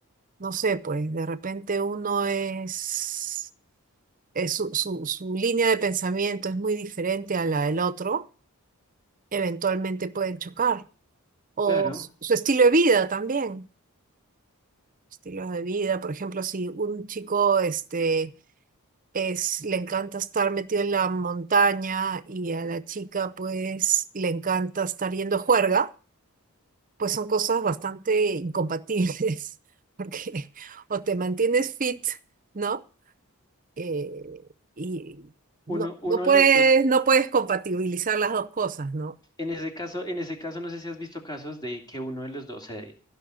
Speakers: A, on the right (about 35°); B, on the left (about 20°).
A: no sé, pues de repente uno es, es su, su, su línea de pensamiento es muy diferente a la del otro, eventualmente pueden chocar. O
B: Claro,
A: su su estilo de vida también. Estilos de vida, por ejemplo, si un chico, este, es, le encanta estar metido en la montaña y a la chica pues le encanta estar yendo a juerga, pues son cosas bastante incompatibles, <laughs> porque o te mantienes fit, ¿no? Eh, y no,
B: uno, uno
A: no puedes,
B: de los dos.
A: no puedes compatibilizar las dos cosas, ¿no?
B: En ese caso, en ese caso, no sé si has visto casos de que uno de los dos cede.